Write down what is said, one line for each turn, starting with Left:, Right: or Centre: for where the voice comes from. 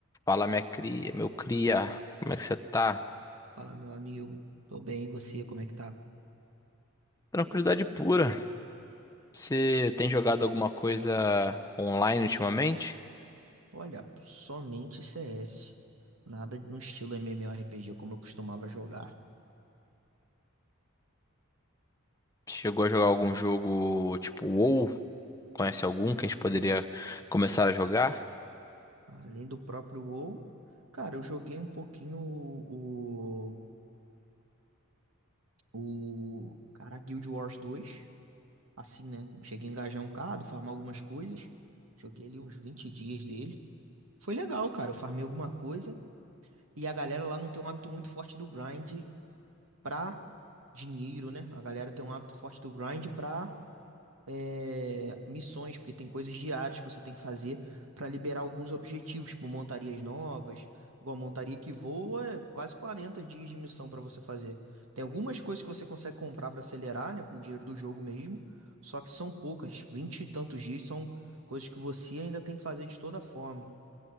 Left: Fala, minha cria, meu cria, como é que você tá?
Right: Fala, meu amigo. Tô bem, e você, como é que tá?
Left: Tranquilidade pura. Você tem jogado alguma coisa online ultimamente?
Right: Olha, somente CS. Nada no estilo MMORPG como eu costumava jogar.
Left: Chegou a jogar algum jogo tipo WoW? Conhece algum que a gente poderia começar a jogar?
Right: Além do próprio WoW, cara, eu joguei um pouquinho o, o, o cara, Guild Wars dois, Assim, né? Cheguei a engajar um bocado, farmar algumas coisas. Joguei ali uns 20 dias dele. Foi legal, cara. Eu farmei alguma coisa. E a galera lá não tem um hábito muito forte do grind pra dinheiro, né? A galera tem um hábito forte do grind pra é, missões, porque tem coisas diárias que você tem que fazer para liberar alguns objetivos, tipo montarias novas. Igual a montaria que voa, é quase 40 dias de missão para você fazer. Tem algumas coisas que você consegue comprar para acelerar, né, com o dinheiro do jogo mesmo, só que são poucas, 20 e tantos dias são coisas que você ainda tem que fazer de toda forma.